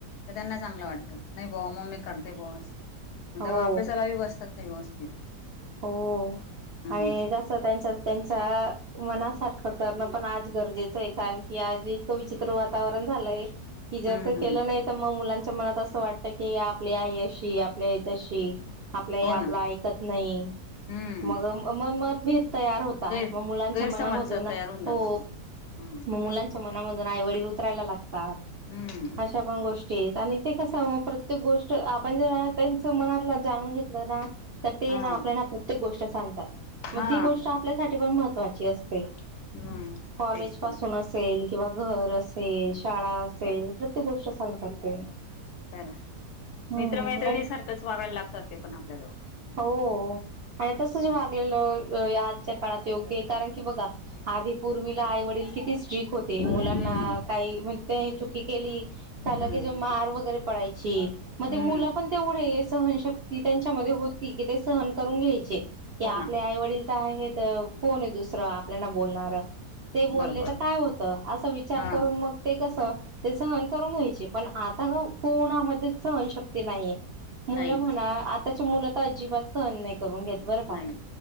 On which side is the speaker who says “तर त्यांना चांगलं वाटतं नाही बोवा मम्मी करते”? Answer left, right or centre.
Left